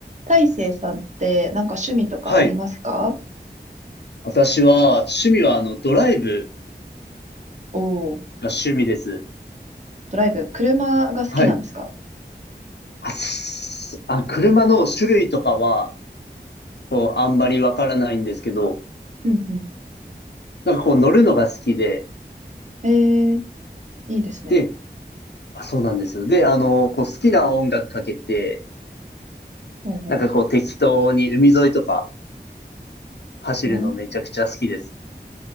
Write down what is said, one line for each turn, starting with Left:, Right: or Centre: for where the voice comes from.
Right: 大成さんってなんか趣味とかありますか
Left: はい。私は、趣味は、あの、ドライブ
Right: おおー、
Left: が趣味です。
Right: ドライブ。車が好きなんですか
Left: はい。あ、すあ車の種類とかは、こう、あんまりわからないんですけど、
Right: うんう
Left: なんかこう、乗るのが好きで、
Right: ん。ええいいですね。
Left: で、あ、そうなんですよ。で、あの、こう、好きな音楽かけて、
Right: ほうほう。
Left: なんかこう、適当に海沿いとか走るのめちゃくちゃ好きです。
Right: あー